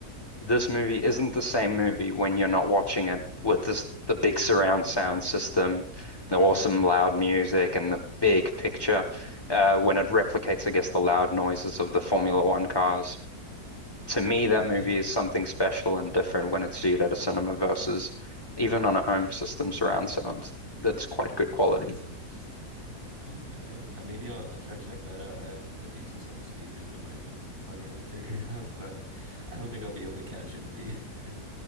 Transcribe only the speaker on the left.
this movie isn't the same movie when you're not watching it with this the big surround sound system, the awesome
loud music, and the big picture. Uh, when it replicates, I guess, the loud noises of the Formula One cars. To me, that
movie
is something special and different when it's viewed at a cinema versus even on a home system surround sound. That's quite good quality.